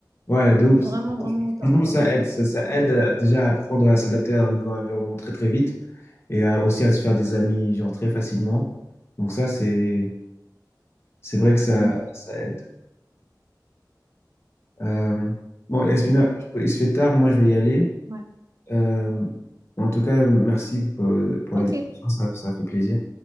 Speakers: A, on the left; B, on the right.
A: Ouais, de
B: Vous
A: ouf.
B: êtes vraiment, vraiment au top,
A: Franchement,
B: quoi.
A: ça aide. Ça,
B: Donc,
A: ça
B: euh,
A: aide euh, déjà à apprendre à s'adapter à un nouveau environnement très, très vite et à- aussi à se faire des amis, genre, très facilement. Donc, ça, c'est, c'est vrai que ça,
B: mm,
A: ça aide. Euh, bon, Yasmina,
B: mm,
A: je peux- il se fait tard, moi je vais y aller.
B: ouais.
A: Euh, en tout cas, merci pour, pour
B: Ok.
A: la discussion, ça ça fait plaisir.